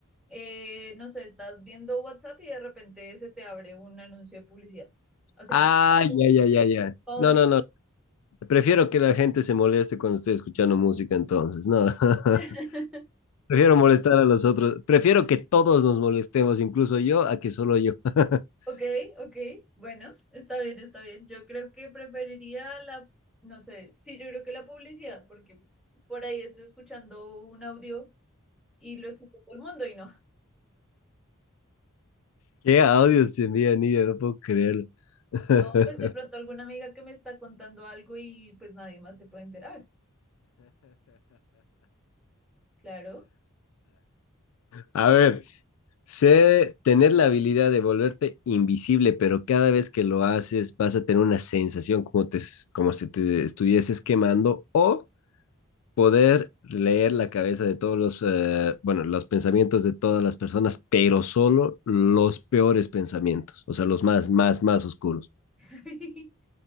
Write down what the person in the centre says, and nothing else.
eh, no sé, estás viendo WhatsApp y de repente se te abre un anuncio de publicidad. O sea,
así todo
todo
el
día.
<laughs>
Ok, ok, bueno, está bien, está bien. Yo creo que preferiría la, no sé, sí, yo creo que la publicidad, porque por ahí estoy escuchando un audio y lo escucha todo el mundo y no.
No, pues de pronto alguna amiga que me está contando algo y pues nadie más se puede enterar. Claro.
<laughs>